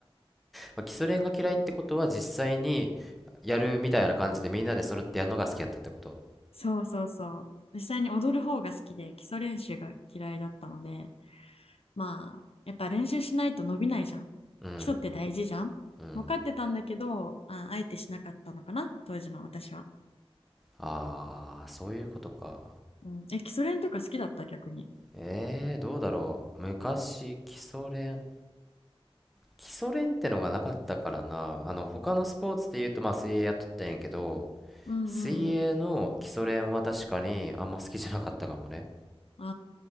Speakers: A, in the centre; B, on the left (about 75°).
A: まあ、基礎練が嫌いってことは実際にやるみたいな感じでみんなで揃ってやるのが好きやったってこと
B: そうそうそう。実際に踊る方が好きで基礎練習が嫌いだったので、まあやっぱ練習しないと伸びないじゃん。
A: うん。
B: 基礎って大事じゃん。
A: うん。
B: 分かってたんだけど、あ、あえてしなかったのかな、当時の私は。
A: ああ、そういうことか。
B: うん、え、基礎練とか好きだった逆に。
A: ええー、どうだろう。昔、基礎練。基礎練ってのがなかったからな。あの、他のスポーツで言うと、まあ、水泳やっとったんやけど、
B: うんうんう
A: 水泳の基礎練は確かにあんま好きじゃなかったかもね。
B: ん。あ